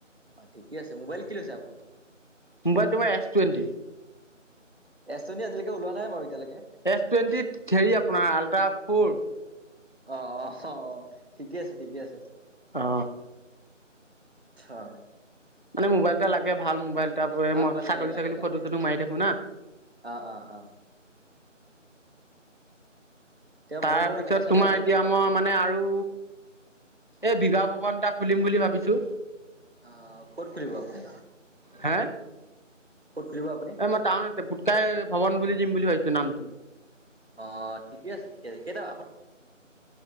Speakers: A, on the right (about 50°); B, on the left (about 40°).
A: অ ঠিকে আছে মোবাইল কি লৈছে আপুনি?
B: মোবাইল তোমাৰ এছ টুৱেণ্টি?
A: এচ টুৱেণ্টি আজিলৈকে ওলোৱা নাই বাৰু এতিয়ালৈক।
B: এছ টুৱেণ্টিত হেৰি আপোনাৰ আল্ট্ৰা ফ'ৰ।
A: অ' অ' অ', ঠিকে আছে ঠিকে আছে।
B: অ
A: অ'।
B: মানে মোবাইল এটা লাগে ভাল মোবাইল। তাৰপৰি
A: ভাল
B: মই
A: মোবাইল
B: ছাগলী
A: লাগে লাগে
B: ছাগলী
A: লাগে
B: ফটো চটো মাৰি থাকো না।
A: অ অ অ এতিয়া
B: তাৰপিছত
A: ময়ো বাৰু এনেকে চলাই
B: তোমাৰ
A: আছো
B: এতিয়া
A: টোক টাককে
B: মই মানে আৰু এই বিবাহ ভব বন টা খুলিম বুলি ভাবিছোঁ!
A: অ ক'ত খুলিব আপুনি?
B: হে
A: কত খুলিব আপুনি
B: এই মই টাউনতে পুটকাই ভৱন বুলি দিম বুলি ভাবিছো নামটো
A: অ' ঠিকে আছে ঠিকে আছে কেইতা